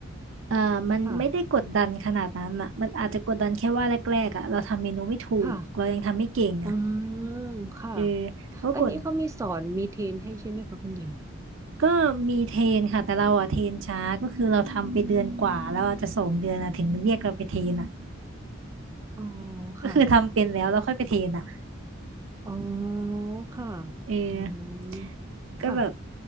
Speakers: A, on the right; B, on the right.
A: เออมันไม่ได้กดดันขนาดนั้นอ่ะมันอาจจะกดดันแค่ว่าแรกๆอ่ะเราทำเมนูไม่ถูกเรายังทำไม่เก่งอ่ะ
B: ่ะค่ะอืมค่ะ
A: เออก็กด
B: อันนี้เขามีสอนมีเทรนให้ใช่ไหมคะคุณหญิง
A: ก็มีเทรนค่ะแต่เราอะเทรนช้าก็คือเราทำไปเดือนกว่าแล้วอาจจะสองเดือนอะถึงเรียกเราไปเทรนอะ
B: อ๋อ
A: ก็คือทำเป็นแล้วเราค่อยไปเทรนอะ
B: ค่ะอ๋อค่ะ
A: เออ
B: อืมค่ะ
A: ก็แบบ